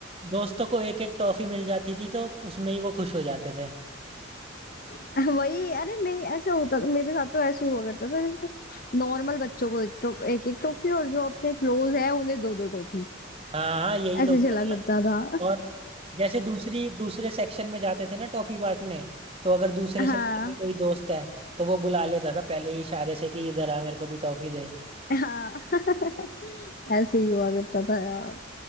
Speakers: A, on the right; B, on the left.
A: दोस्तों को एक एक टॉफी मिल जाती थी तो उसमें ही वो खुश हो जाते थे
B: <laughs> वही अरे नहीं ऐसे होता था मेरे साथ तो ऐसे ही हुआ करता था जैसे नॉर्मल बच्चों को एक टो, एक, एक टॉफी और जो अपने क्लोज है उन्हें दो दो टॉफी
A: हाँ हाँ यही तो
B: ऐसे
A: होता
B: चला
A: था
B: करता था
A: और जैसे दूसरी दूसरे सेक्शन में जाते थे ना टॉफी बांटने तो अगर दूसरे
B: <laughs> हाँ
A: सेक्शन में कोई दोस्त है तो वो बुला लेता था पहले ही इशारे से कि इधर आ मेरे को भी टॉफी दे
B: हाँ <laughs> ऐसे ही हुआ करता था यार